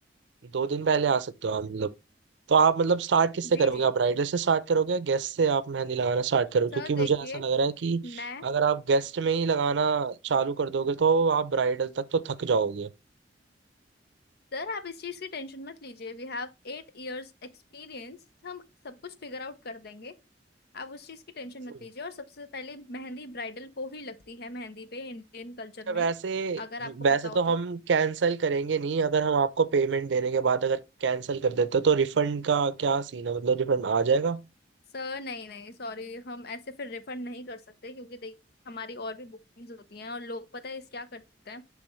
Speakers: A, on the right; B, on the left.
A: दो दिन पहले आ सकते हो आप मतलब तो आप मतलब स्टार्ट किससे
B: जी
A: करोगे
B: जी
A: आप राइडर से स्टार्ट करोगे या गेस्ट से आप मेहंदी लगाना स्टार्ट करोगे
B: सर
A: क्योंकि
B: देखिए
A: मुझे ऐसा लग रहा है कि
B: मैं
A: अगर आप गेस्ट में ही लगाना चालू कर दोगे तो आप ब्राइडल तक तो थक जाओगे
B: सर आप इस चीज़ की टेंशन मत लीजिए We have eight years experience हम सब कुछ फिगर आउट कर देंगे आप उस चीज़ की टेंशन
A: अच्छा,
B: मत लीजिए और सबसे पहले मेहंदी ब्राइडल को ही लगती है मेहंदी पे इंडियन कल्चर
A: वैसे
B: में अगर आपको
A: वैसे
B: पता हो
A: तो हम
B: तो
A: कैंसिल करेंगे नहीं अगर हम आपको पेमेंट देने के बाद अगर कैंसिल कर देते तो रिफंड का क्या सीन है मतलब रिफंड आ जाएगा
B: सर नहीं नहीं सॉरी हम ऐसे फिर रिफंड नहीं कर सकते क्योंकि देखिए हमारी और भी बुकिंग्स होती हैं और लोग पता है इस क्या करते हैं